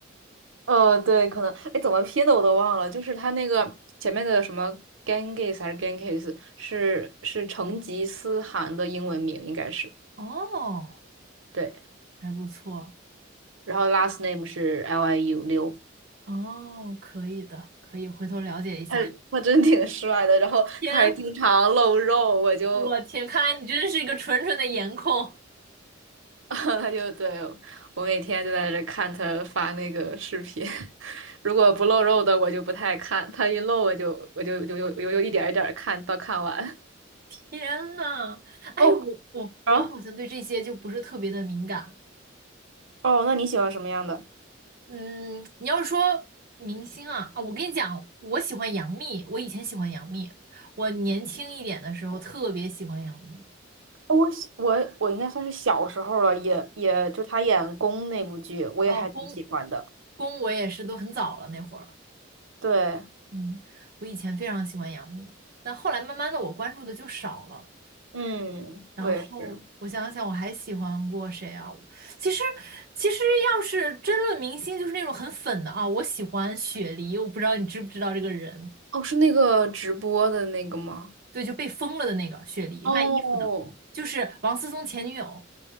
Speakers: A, on the right (about 75°); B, on the right (about 50°).
A: 呃，对，可能，哎，怎么拼的我都忘了，就是他那个前面的什么 Genghis 还是 Genghis，是是成吉思汗的英文名，应该是
B: 哦，
A: 对，
B: 还不错。
A: 然后 last name 是 Liu 刘，
B: 哦，可以的，可以回头了解一下。
A: 他他真挺帅的，然后他还经常露肉，
B: 天，
A: 我就
B: 我天，看来你真的是一个纯纯的颜控。
A: <laughs> 他就对我每天就在这看他发那个视频，<laughs> 如果不露肉的我就不太看，他一露我就我就就就就就一点儿一点儿看到看完。
B: 天呐，哎，
A: 哦
B: 我我我好像对这些就不是特别的敏感。
A: <laughs> 啊，哦，那你喜欢什么样的？
B: 嗯，你要是说明星啊，啊，我跟你讲，我喜欢杨幂，我以前喜欢杨幂，我年轻一点的时候特别喜欢杨幂。
A: 我喜我我应该算是小时候了，也也就他演宫那部剧，我也还挺喜欢的。
B: 啊，宫宫我也是都很早了那会儿，
A: 对，
B: 嗯，我以前非常喜欢杨幂，但后来慢慢的我关注的就少了。
A: 嗯，
B: 然后我想想，
A: 我也是。
B: 我还喜欢过谁啊？其实其实要是争论明星，就是那种很粉的啊，我喜欢雪梨，我不知道你知不知道这个人。
A: 哦，是那个直播的那个吗？
B: 对，就被封了的那个雪梨卖衣服的，
A: 哦，
B: 就是王思聪前女友。